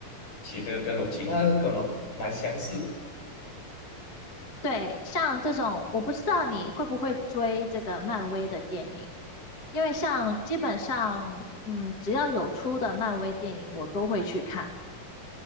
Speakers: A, on the left; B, on the left.
A: 其实这个跟我其他的跟我蛮相似的。
B: 对，像这种，我不知道你会不会追这个漫威的电影。因为像基本上，嗯，只要有出的漫威电影，我都会去看。